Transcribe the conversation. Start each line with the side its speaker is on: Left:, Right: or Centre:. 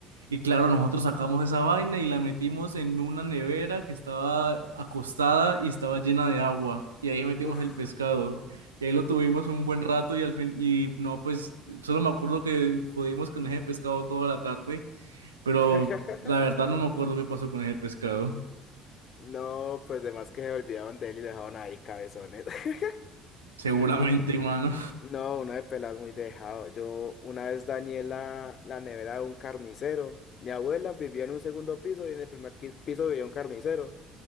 Right: Y claro, nosotros sacamos esa vaina y la metimos en una nevera que estaba acostada y estaba llena de agua. Y ahí metimos
Left: Uf.
Right: el pescado. Y ahí lo tuvimos un buen rato y al fin, y no, pues solo me acuerdo que jodimos con ese pescado toda la tarde, pero
Left: <laughs>
Right: la verdad no me acuerdo qué pasó con ese pescado.
Left: No, pues de más que se olvidaron de él y lo dejaron ahí cabezones. <laughs>
Right: Seguramente,
Left: Un-
Right: <laughs> mano.
Left: No, una de peladas muy dejado. Yo una vez dañé la, la nevera de un carnicero. Mi abuela vivía en un segundo piso y en el primer qui- piso vivía un carnicero.